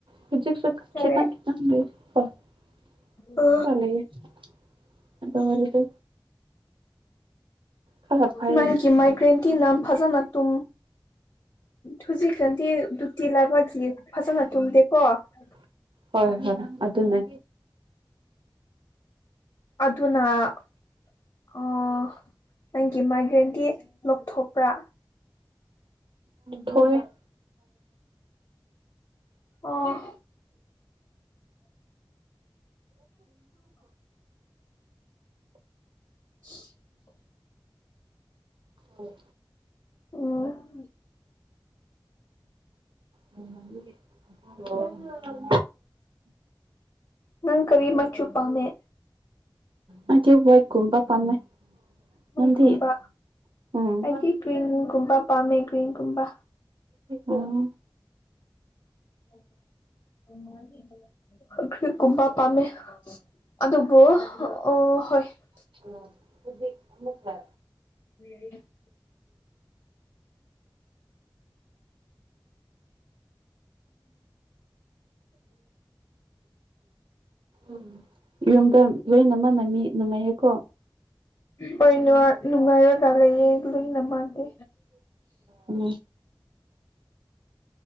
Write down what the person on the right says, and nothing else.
ꯐꯖꯤ
ꯈꯦꯇꯪ ꯈꯦ ꯈꯦ
<unintelligible> ꯑꯗꯣ ꯍꯔꯦꯗ ꯈꯔ ꯐꯩꯌꯦ
ꯍꯣꯏ ꯍꯣꯏ ꯑꯗꯨꯅꯦ
ꯊꯣꯏ <unintelligible>
ꯑꯣ
ꯃ ꯃꯦ <inaudible> ꯑꯣ
ꯑꯩꯗꯤ ꯋꯥꯏ ꯀꯨꯝꯕ ꯄꯥꯝꯃꯦ
ꯅꯪꯗꯤ ꯎꯝ
ꯎꯝ
ꯎ ꯑꯗꯨꯗꯤꯃꯛꯇꯦ
ꯎꯝ ꯌꯨꯝꯗ ꯂꯣꯏꯅꯃꯛꯥꯟꯅꯝꯃꯤ ꯅꯨꯡꯉꯥꯏꯍꯦꯀꯣ
ꯎꯝ